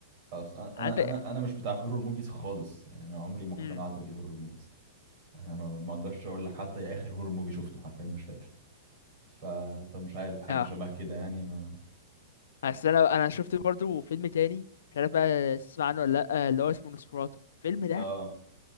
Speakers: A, on the right; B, on the left.
A: خلاص انا انا
B: عندك
A: انا أنا مش بتاع هورور موفيز خالص يعني انا عمري ما اقتنعت
B: امم
A: بالهورور موفيز انا ما ما اقدرش اقول لك حتى ايه اخر هورور موفي شفته حرفيا مش فاكر ف... فمش عارف حاجه
B: اه
A: شبه كده يعني ما
B: اصل انا انا شفت برضو فيلم تاني مش عارف بقى تسمع عنه ولا لا اللي هو اسمه نوسفراتو الفيلم ده
A: اه